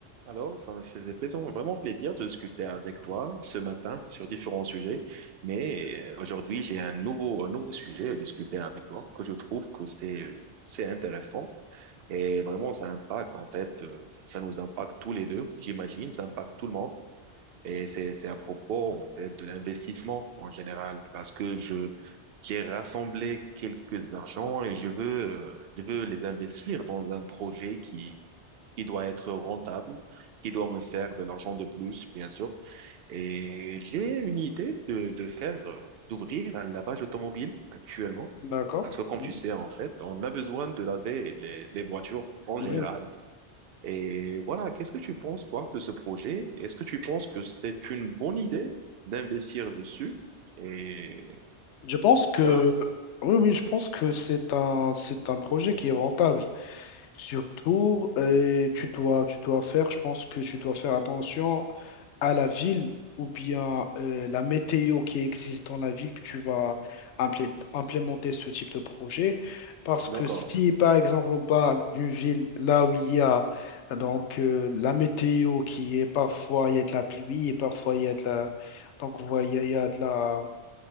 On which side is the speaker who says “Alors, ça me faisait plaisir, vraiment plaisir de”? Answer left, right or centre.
Right